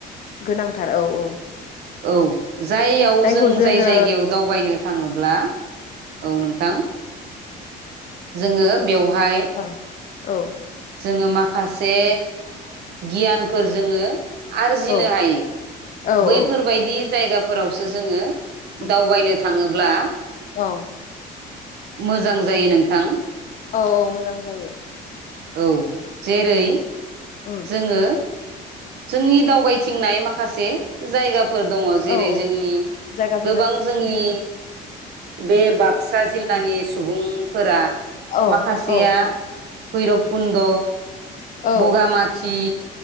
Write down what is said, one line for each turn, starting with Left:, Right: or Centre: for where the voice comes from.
Left: गोनांथार औ औ।
Right: औ। जाययाव
Left: जायखौ
Right: जों
Left: जोङो
Right: जाय जायगायाव दावबायनो थाङोब्ला औ नोंथां जोङो बेवहाय
Left: औ औ
Right: जोङो मा खासे गियानफोर जोङो आरजिनो
Left: औ
Right: हायो
Left: औ
Right: बैफोरबायदि
Left: औ
Right: जायगा फोरावसो जोङो
Left: उम
Right: दावबायनो थाङोब्ला
Left: औ
Right: मोजां जायो नोंथां।
Left: औ औ मोजां जायो।
Right: औ जेरै
Left: उम
Right: जोङो जोंनि दावबाय थिंनाय माखासे जायगाफोर दङ जेरै
Left: औ औ
Right: जोंनि
Left: जायगाफोरजों
Right: गोबां जोंनि बे बाक्सा जिल्लानि
Left: औ
Right: सुबुंफोरा
Left: औ
Right: माखासेया
Left: औ
Right: भैरबखन्द,
Left: औ
Right: बगामाथि थि